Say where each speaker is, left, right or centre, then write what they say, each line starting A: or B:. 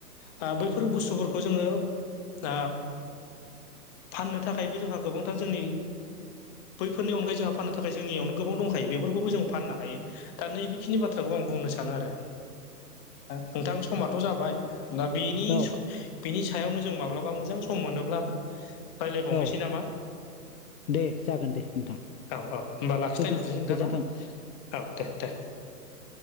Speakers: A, on the left; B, on the left.
A: है बुस्थुफोरखौ जोङो द फाननो थाखायबो जोंहा गोबांथार जोंनि बैफोरनि अनगायै जोंहा फाननो थाखाय जोंनियावनो गोबां दंखायो बेफोरखौबो जों फाननो हायो दा नैबेखिनि बाथ्राखौ आं बुंनो सानो आरो नोंथां समाथ' जाबाय दा बेनि
B: औ औ
A: बिनि सायावनो जों माब्लाबा मोजां सम मोनोब्ला रायज्लायबावनोसै
B: औ
A: नामा
B: दे जागोन दे नोंथां
A: औ औ होमबा लाखि
B: गोजोन
A: दोन्थ'नो सै नोंथां
B: गोजोन्थों
A: ना औ दे दे